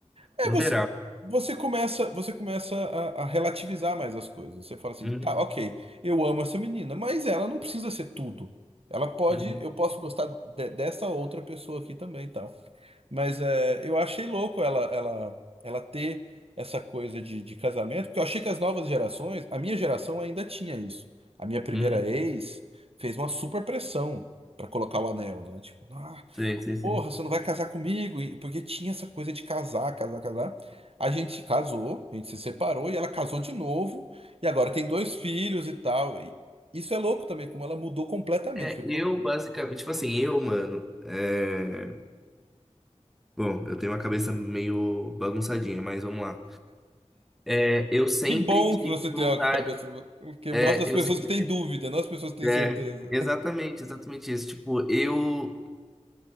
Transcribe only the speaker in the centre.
Moderar.
Uhum,
uhum,
uhum.
Sei, sei, sei.
É,
eu basicamente, tipo assim, eu, mano, é... bom, eu tenho uma cabeça meio bagunçadinha, mas vamos lá. É, eu sempre
tive
vontade,
é,
eu sempre,
é,
exatamente, exatamente isso. Tipo, eu,